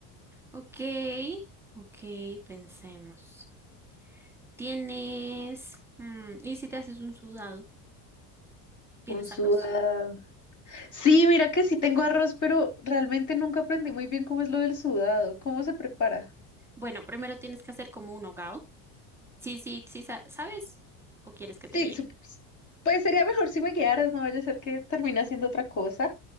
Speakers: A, in the centre; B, on the left.
A: Ok, ok, pensemos. ¿Tienes, mm, y si te haces un sudado? ¿Tienes
B: Un sudado.
A: arroz?
B: Sí, mira que sí tengo arroz, pero realmente nunca aprendí muy bien cómo es lo del sudado, cómo se prepara.
A: Bueno, primero tienes que hacer como un hogao. Sí, sí, sí, sa- ¿sabes? ¿O quieres que
B: Sí,
A: te guíe?
B: sup- pues sería mejor si me guiaras, no vaya a ser que termine haciendo otra cosa.